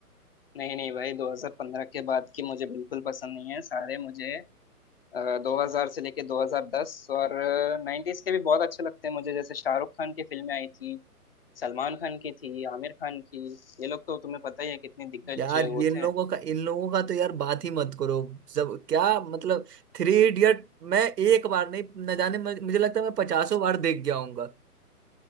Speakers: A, on the left; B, on the right.
A: नहीं नहीं भाई 2015 के बाद की मुझे बिल्कुल पसंद नहीं है सारे मुझे दो हजार से लेके 2010 और नाइन्टीज के भी बहुत अच्छे लगते हैं मुझे जैसे शाहरुख खान की फिल्में आई थी सलमान खान की थी आमिर खान की ये लोग तो तुम्हें पता ही है कितने दिग्गज
B: यार
A: वो
B: ये लोगों
A: थे
B: का इन लोगों का तो यार बात ही मत करो सब क्या मतलब थ्री इडियट मैं एक बार नहीं न जाने मैं- मुझे लगता है मैं पचासों बार देख गया हूंगा